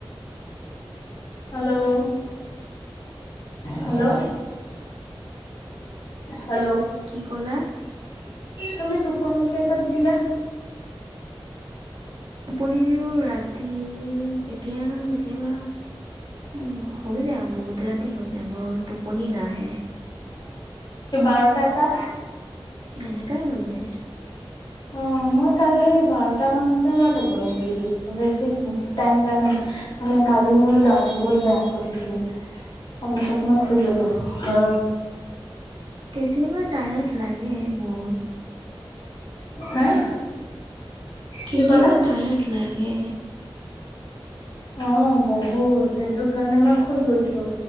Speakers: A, on the left; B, on the right.
A: হেল্ল' হেল্ল' হেল্ল'
B: কি ক'লে
A: তুমি টোপনি কেইটাত দিয়া
B: পন দিও ৰাতি কেতিয়া কেতিয়াবা উ হৈ যায় বহুত ৰাতি হৈ যায় মোৰ টোপনি নাহে
A: কি বাৰটা এটা
B: এনে কাই হৈ যায়
A: অ মই কালি বাৰটা মানতে মই টোপনি দি দিছো বেছি টাইম লা ন মানে কালি মোৰ গাটো বহুত বেয়া কৰিছিল আগ ত তোমাক শু গলো অ
B: কেতিয়াবা টায়াৰ্ড লাগে বহুত
A: হা
B: কেতিয়াবা
A: কি ক'লা
B: টায়াৰ্ড লাগে
A: অ বহুত সেইটো কাৰণে মই শুই গৈছো